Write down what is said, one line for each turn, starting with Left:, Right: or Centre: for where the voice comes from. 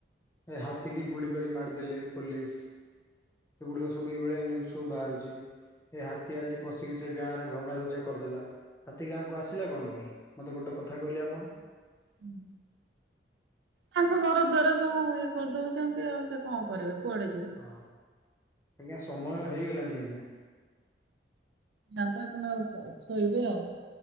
Left: ହାତୀ କିି ଗୁଳି କରି ମାରିଦେଲେ ପୋଲିସ୍ ଏଗୁଡିକ ସବୁ ଏଇ ଭଳିଆ ନ୍ୟୁଜ୍। ସବୁ ବାହାରୁଛି। ଏ ହାତୀ ଆଜି ପଶିକି ସେ ଗାଁରେ ଭଙ୍ଗାରୁୁଜା କରିଦେଲା ହାତୀ ଗାଁ କୁ ଆସିଲା କଣ ପାଇଁ ମତେ ଗୋଟେ କଥା କହିଲେ ଆପଣ।
Right: ହୁଁ। ତାଙ୍କ ଘର ଦ୍ଵାର ସବୁ ଇଏ କରି ଦଉଛନ୍ତି ଆଉ ସେ କଣ କରିବେ କୁଆଡେ ଯିବେ।
Left: ହଁ ଆଜ୍ଞା ସମୟ ହେଇ ଗଲାଣି ଆଜ୍ଞା।
Right: ଆଜ୍ଞା <inaudible> ଆପଣ ଆଉ ଶୋଇବେ ଆଉ